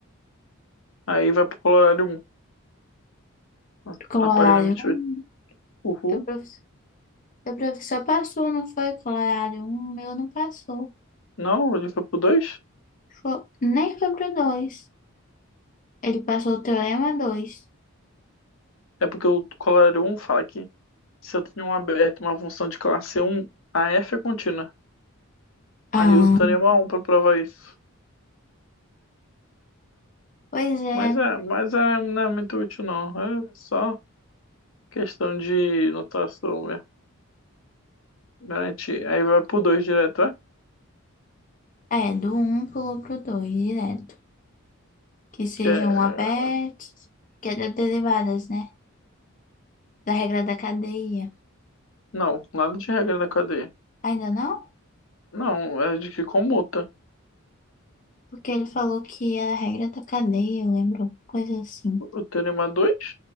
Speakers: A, on the left; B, on the left.
A: Aí vai pro Colorado um né?
B: Colorário
A: na página 28.
B: um
A: Uhul.
B: Teu professor, teu professor passou, não foi? Colorário um meu não passou.
A: Não, ele foi pro dois
B: Foi- nem foi pro dois Ele passou o teorema dois
A: É porque o Colorado um fala que se eu tenho um aberto, uma função de classe um a f é contínua.
B: Ah,
A: Ali eu uso o teorema 1 para provar isso.
B: Pois é,
A: Mas é, mas é, não é muito útil, não. É só questão de notação mesmo. Garantir. Aí vai pro 2 direto, é?
B: é, do um pulou pro 2 direto. Que sejam
A: Que é.
B: abertos, que é das derivadas, né? Da regra da cadeia.
A: Não, nada de regra da cadeia.
B: Ainda não?
A: Não, é de que comuta.
B: Porque ele falou que era a regra da cadeia, eu lembro, coisa assim.
A: O Teorema dois,